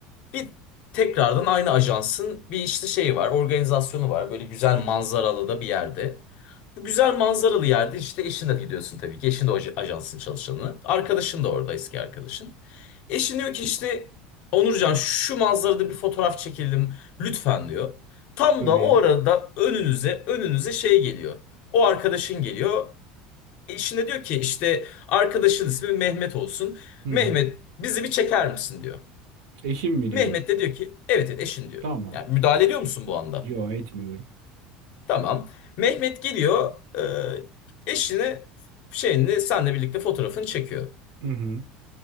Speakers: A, on the left; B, on the right.
A: bir tekrardan aynı ajansın bir işte şeyi var, organizasyonu var. Böyle güzel manzaralı da bir yerde. Bu güzel manzaralı yerde işte eşinle gidiyorsun tabii ki. Eşin de o aj- ajansın çalışanı. Arkadaşın da orada eski arkadaşın. Eşin diyor ki işte Onurcan şu manzarada bir fotoğraf çekelim lütfen diyor. Tam
B: Tabii.
A: da o arada önünüze önünüze şey geliyor. O arkadaşın geliyor. Eşine diyor ki işte arkadaşın ismi Mehmet olsun.
B: Hı
A: Mehmet
B: hı.
A: bizi bir çeker misin diyor.
B: Eşim mi
A: Mehmet
B: diyor?
A: de diyor ki evet evet eşin diyor.
B: Tamam.
A: Yani müdahale ediyor musun bu anda?
B: Yo etmiyorum.
A: Tamam. Mehmet geliyor e, eşini şeyini senle birlikte fotoğrafını çekiyor.
B: Hı hı.